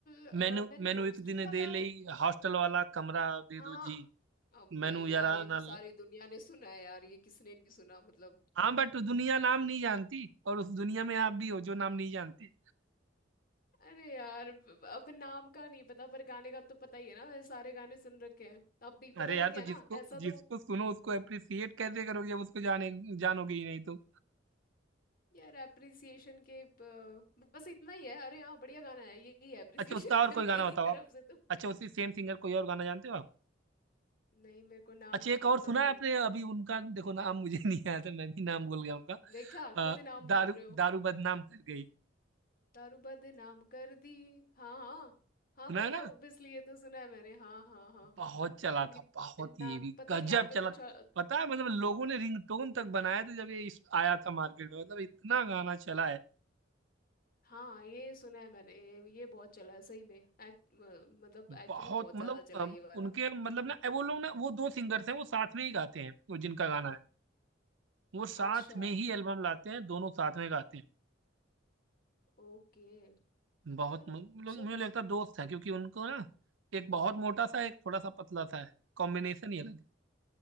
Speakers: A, on the left; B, on the right.
A: अ,
B: मैनू
A: मैंने
B: मैनू
A: हॉस्टल
B: एक दिन
A: वाला
B: दे लई हॉस्टल वाला कमरा दे
A: हाँ
B: दो जी
A: अबे
B: मैनू
A: यार
B: यारा
A: ये तो
B: ना
A: सारी दुनिया ने सुना है यार ये किसने नहीं सुना मतलब
B: हाँ बट दुनिया नाम नहीं जानती और उस दुनिया में आप भी हो जो नाम नहीं जानते
A: अरे यार ब- अब नाम का नहीं पता पर गाने का तो पता ही है ना मैंने सारे गाने सुन रखे हैं अब भी पता
B: अरे
A: लग
B: यार
A: गया
B: तो जिसको
A: ना ऐसा तो
B: जिसको सुनो उसको अप्रिसिएट कैसे करोगे जब उसको जाने जानोगे ही नहीं तो
A: यार एप्रिसिएशन के प- बस इतना ही है अरे हाँ बढ़िया गाना है यही एप्रिसिएशन
B: अच्छा उसका
A: है
B: और कोई
A: appreciation
B: गाना
A: <laughs> मेरी
B: बताओ
A: तरफ
B: आप
A: से तो
B: अच्छा उसी सेम सिंगर कोई और गाना जानते हो आप
A: नहीं मेरे को नाम
B: अच्छा
A: ही
B: एक
A: नहीं
B: और
A: पता
B: सुना
A: था
B: है
A: तो
B: आपने अभी उनका देखो नाम मुझे <laughs> नहीं याद है मैं भी नाम भूल गया उनका
A: देखा खुद
B: अ,
A: नाम
B: दारू
A: भूल रहे हो
B: दारू बदनाम कर गई
A: दारू बदनाम कर दी हाँ हाँ हाँ
B: सुना
A: पता
B: है ना
A: है ऑब्वियसली ये तो सुना है मैंने हाँ हाँ हाँ
B: बहुत चला
A: नि-
B: था बहुत
A: ना
B: ये भी
A: पता
B: गजब
A: नहीं आगे
B: चला
A: कुछ और-
B: पता है मतलब लोगों ने रिंगटोन तक बनाया था जब ये इस- आया था मार्केट में मतलब इतना गाना चला है
A: हाँ ये सुना है मैंने ये ये बहुत चला है सही में Act- म- मतलब
B: बहुत
A: एक्चुअली बहुत
B: मतलब
A: ज्यादा चला
B: अम,
A: है ये वाला
B: उनके मतलब ना वो लोग ना वो दो सिंगर्स हैं वो साथ में ही गाते हैं वो जिनका गाना है वो साथ
A: अच्छा
B: में ही एल्बम लाते हैं दोनों साथ में गाते
A: ओके
B: हैं बहुत
A: चलो
B: म- लोग
A: सुन
B: मुझे लगता है दोस्त हैं क्योंकि उनको ना एक बहुत मोटा सा एक थोड़ा सा पतला सा है कॉम्बिनेशन ही अलग है